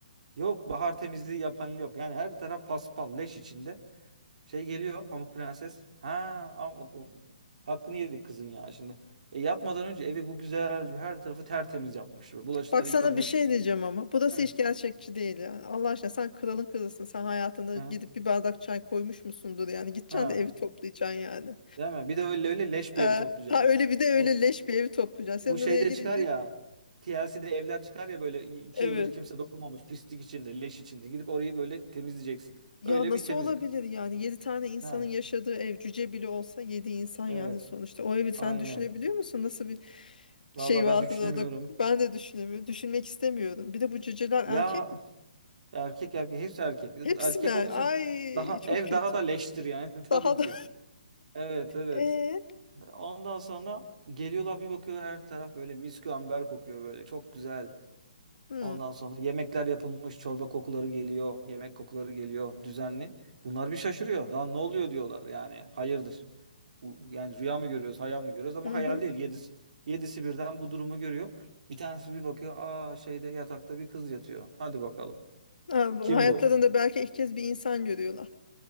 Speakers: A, on the right; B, on the left.
A: yok bahar temizliği yapan yok. Yani her taraf paspal leş içinde. Şey geliyor Pamuk Prenses. Ha ama bak o- hakkını yedik kızın ya şimdi. E, yatmadan önce evi bu güzel her tarafı tertemiz yapmış. Bulaşıkları
B: Bak sana
A: yıkamış.
B: bir şey diyeceğim ama. Burası
A: Hı.
B: hiç gerçekçi değil yani. Allah aşkına sen kralın kızısın. Sen hayatında
A: Hı.
B: gidip bir bardak çay koymuş musundur yani. Gideceksin
A: Ha,
B: de evi toplayacaksın yani.
A: değil mi? Bir de öyle öyle leş
B: Eee,
A: bir evi toplayacaksın
B: ha öyle
A: yani.
B: bir de öyle
A: Bu
B: leş bir evi toplayacaksın.
A: bu şeyde
B: Sen oraya gidince
A: çıkar ya. TLC'de evler çıkar ya böyle i- iki
B: evet.
A: yıldır kimse dokunmamış pislik içinde leş içinde gidip orayı böyle temizleyeceksin.
B: Ya
A: Öyle
B: nasıl
A: bir temizlik.
B: olabilir yani 7 tane insanın
A: Ha,
B: yaşadığı ev cüce bile olsa 7 insan
A: evet
B: yani sonuçta. O evi sen
A: aynen.
B: düşünebiliyor musun? Nasıl bir
A: Vallahi
B: şey vardı
A: ben düşünemiyorum.
B: orada? Ben de düşünemiyorum. Düşünmek istemiyorum. Bir de bu cüceler erkek
A: Ya
B: mi?
A: Erkek erkek hepsi erkek.
B: Hepsi
A: Erkek
B: mi? er-
A: olduğu için
B: Ay
A: daha
B: çok
A: ev
B: kötü.
A: daha da leştir yani <laughs> tabii
B: Daha
A: ki.
B: da. <laughs>
A: Evet evet.
B: Ee?
A: Ondan sonra geliyorlar bir bakıyorlar her taraf böyle miskü amber kokuyor böyle çok güzel.
B: Hı,
A: Ondan sonra yemekler yapılmış çorba kokuları geliyor. Yemek kokuları geliyor düzenli. Bunlar bir şaşırıyor. Lan ne oluyor diyorlar yani hayırdır. Bu- Yani rüya mı görüyoruz hayal mi görüyoruz ama
B: hı
A: hayal
B: hı.
A: değil. Yedisi, yedisi birden bu durumu görüyor. Bir tanesi bir bakıyor aa şeyde yatakta bir kız yatıyor. Hadi bakalım
B: Ha, bu
A: kim
B: hayatlarında
A: bu?
B: belki ilk kez bir insan görüyorlar.